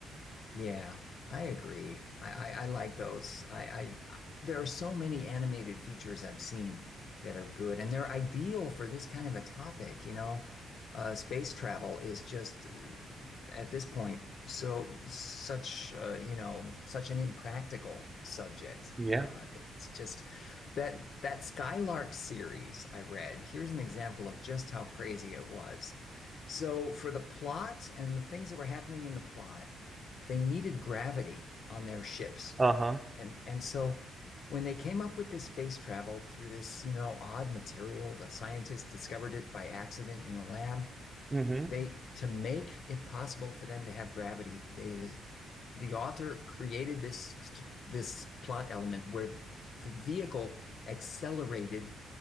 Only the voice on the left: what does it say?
Yeah, I agree. I, I, I like those. I, I there are so many animated features I've seen that are good, and they're ideal for this kind of a topic. You know, uh, space travel is just uh, at this point so such uh, you know such an impractical subject.
Uh, it's just that that Skylark series I read. Here's an example of just how crazy it was. So for the plot and the things that were happening in the plot they needed gravity on their ships.
And and so when they came up with this space travel through this, you know, odd material, the scientists discovered it by accident in the lab.
They to make it possible for them to have gravity, they the author created this this plot element where the vehicle accelerated